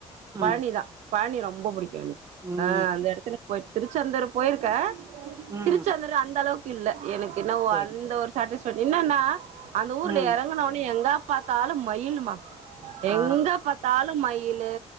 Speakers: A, on the right; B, on the right.
A: பழனிதா
B: ம்.
A: பழனி ரொம்ப புடிக்கு எனக்கு
B: ம்.
A: ஆ அந்த எடத்துல போய்ட்டு திருச்செந்தூர் போய்ருக்கே
B: ம்.
A: திருச்சந்தூர் அந்தளவுக் இல்ல எனக் என்னவோ
B: சரி,
A: அந்த
B: சரி.
A: ஒரு சேட்டிஸ்ஃபேக்ட் இன்னன்னா அந்த ஊர்ல
B: ம்.
A: எறங்குன உட்னே எங்க பாத்தாலு மயிலுமா எங்க
B: ஆ.
A: பாத் தாலு மயிலு